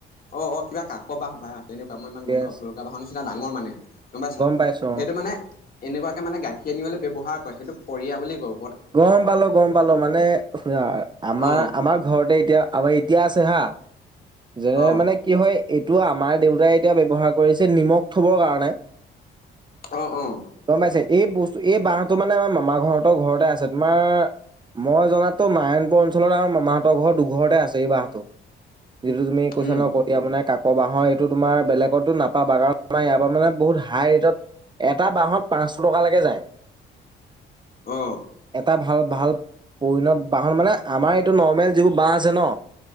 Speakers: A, on the left; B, on the right.
A: অ' অ' কিবা কাক বাহ সপাই তেনেকুৱা। মই ইমান
B: য়েছ
A: গম নাপাও ভুলকা বাঁহৰ নিচিনা ডাঙৰ মানে গম পাইছা
B: পাইছো
A: সেইটো
B: অ'।
A: মানে। এনেকুৱাকে মানে গাখীৰ আনিবলৈ ব্যৱহাৰ কৰে সেইটো কয়া বুলি কওঁ।
B: গম পালো, গম পালো মানে শুনা আমাৰ
A: অ
B: আমাৰ ঘৰতে এতিয়া আমাৰ এতিয়া আছে হা, যেনে
A: অ
B: মানে কি হয় এইটো আমাৰ দেউতাই এতিয়া ব্যৱহাৰ কৰিছে নিমখ থবৰ কাৰণে।
A: অ' অ'।
B: গম পাইছে এই বস্তু এই বাঁহটো মানে আমাৰ মামাৰ ঘৰতৰ ঘৰতে আছে তোমাৰ। মই জনাত তো নাৰায়ণপুৰ অঞ্চলত আমাৰ মামাহঁতৰ ঘৰ দুঘৰতে আছে এই বাহহটো। যিটো তুমি কৈছা
A: উম
B: ন এতিয়া মানে কাকৰ বাঁহৰ এইটো তোমাৰ বেলেগতো নাপাবা, কাৰণাৰ ইয়াৰ পৰা মানে বহুত হাই ৰেটত এটা বাঁহত পাঁচশ টকালৈকে যায়।
A: অঁ।
B: এটা ভাল ভাল পৰিণত বাহন মানে আমাৰ এইটো নৰ্মেল যিবোৰ বাহ আছে ন।